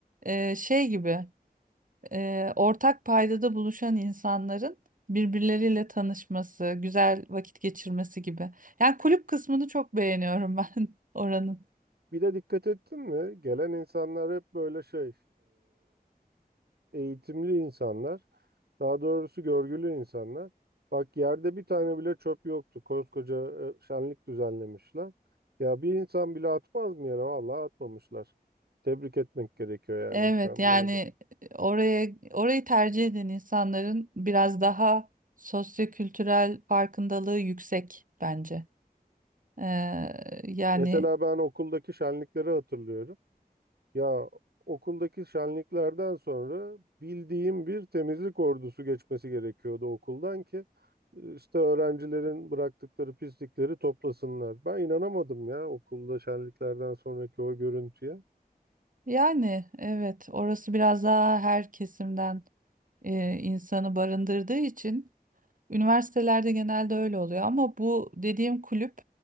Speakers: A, on the right (about 55°); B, on the right (about 75°).
A: eee, şey gibi eee, ortak paydada buluşan insanların birbirleriyle tanışması, güzel vakit geçirmesi gibi. Yani kulüp kısmını çok beğeniyorum ben <laughs> oranın.
B: Bir de dikkat ettin mi? Gelen insanlar hep böyle şey, eğitimli insanlar, daha doğrusu görgülü insanlar. Bak yerde bir tane bile çöp yoktu. Koskoca e, şenlik düzenlemişler. Ya bir insan bile atmaz mı yere? Vallahi atmamışlar. Tebrik etmek gerekiyor yani
A: Evet
B: insanları
A: yani
B: da.
A: e, oraya orayı tercih eden insanların biraz daha sosyokültürel farkındalığı yüksek bence. Ee, yani
B: Mesela ben okuldaki şenlikleri hatırlıyorum. Ya okuldaki şenliklerden sonra bildiğim bir temizlik ordusu geçmesi gerekiyordu okuldan ki işte öğrencilerin bıraktıkları pislikleri toplasınlar. Ben inanamadım ya okulda şenliklerden sonraki o görüntüye.
A: yani evet orası biraz daha her kesimden e, insanı barındırdığı için. Üniversitelerde genelde öyle oluyor ama bu dediğim kulüp